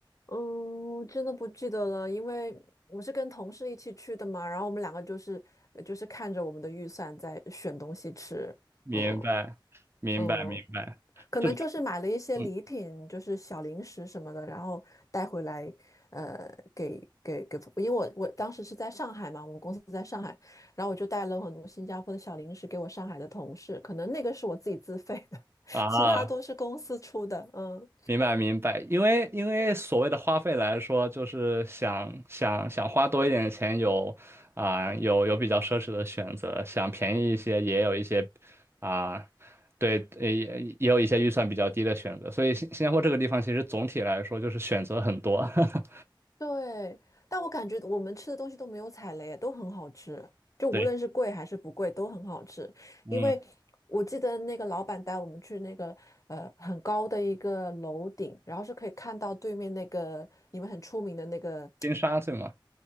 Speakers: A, on the left; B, on the right.
A: 嗯，我真的不记得了，因为我是跟同事一起去的嘛，然后我们两个就是呃就是看着我们的预算在选东西吃，
B: 明白，
A: 嗯
B: 明白，
A: 嗯，
B: 明白，
A: 可能就是买了一些礼品，
B: 这个，嗯
A: 就是小零食什么的，然后带回来，呃，给给给，因为我我当时是在上海嘛，我们公司在上海，然后我就带了很多新加坡的小零食给我上海的同事，可能那个是我自己自费的，
B: 啊，
A: <laughs> 其他都是公司出的，嗯。
B: 明白明白，因为因为所谓的花费来说，就是想想想花多一点的钱有，啊、有有比较奢侈的选择，想便宜一些也有一些，啊、对，呃也也有一些预算比较低的选择，所以新新加坡这个地方其实总体来说就是选择很多，<laughs>
A: 对，但我感觉我们吃的东西都没有踩雷，都很好吃，就无论是贵还是不贵都很好吃。
B: 对，嗯，
A: 因为我记得那个老板带我们去那个呃很高的一个楼顶，然后是可以看到对面那个你们很出名的那个，
B: 金沙对吗？